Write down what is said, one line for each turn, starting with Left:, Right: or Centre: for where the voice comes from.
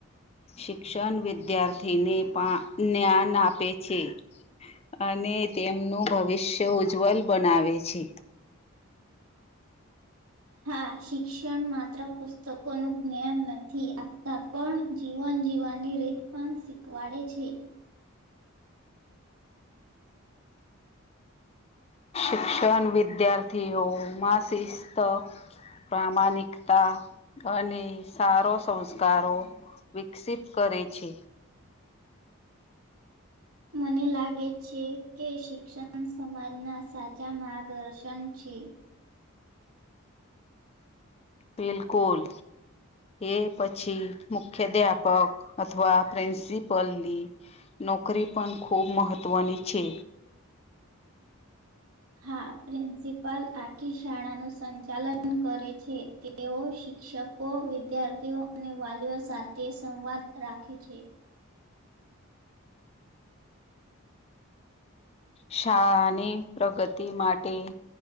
Left: શિક્ષણ વિદ્યાર્થીને પા જ્ઞાન આપે છે અને તેમનું ભવિષ્ય ઉજ્જવલ બનાવે છે
Right: હા શિક્ષણ માત્ર પુસ્તકોનું જ્ઞાન નથી આપતા પણ જીવન જીવવાની રીત પણ શીખવાડે છે
Left: શિક્ષણ વિદ્યાર્થીઓમાં શિસ્ત પ્રમાણિકતા અને સારો સંસ્કારો વિકસિત કરે છે.
Right: મને લાગે છે કે શિક્ષણ સમાજના સાચા માર્ગદર્શન છે.
Left: બિલકુલ એ પછી મુખ્યાધ્યાપક અથવા પ્રિન્સિપલની નોકરી પણ ખૂબ મહત્ત્વની છે
Right: હા પ્રિન્સપ પાલ આખી શાળા નું સંચાલન કરે છે તેઓ શિક્ષકો વિદ્યાર્થીઓ અને વાલીઓ સાથે સંવાદ રાખે છે
Left: શાળાની પ્રગતિ માટે